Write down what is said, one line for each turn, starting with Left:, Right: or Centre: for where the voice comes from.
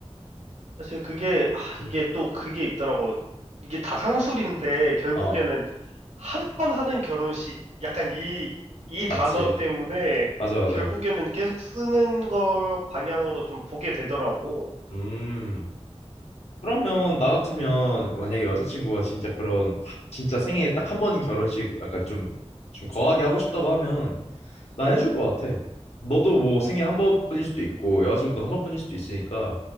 Right: 사실 그게, 아,
Left: 응.
Right: 이게 또 그게 있더라고. 이게 다상술인데, 결국에는
Left: 어,
Right: 한 번 하는 결혼식, 약간 이, 이
Left: 맞지.
Right: 단어 때문에
Left: 맞아, 맞아.
Right: 결국에는 계속 쓰는 걸 방향으로 좀 보게 되더라고.
Left: 음. 그러면 나 같으면 만약에 여자친구가 진짜 그런 하- 진짜 생애에 딱 한 번인 결혼식 약간 좀 좀 거하게 하고 싶다고 하면 난 해줄 것 같아. 너도 뭐 생애 한 번뿐일 수도 있고 여자친구도 한 번뿐일 수도 있으니까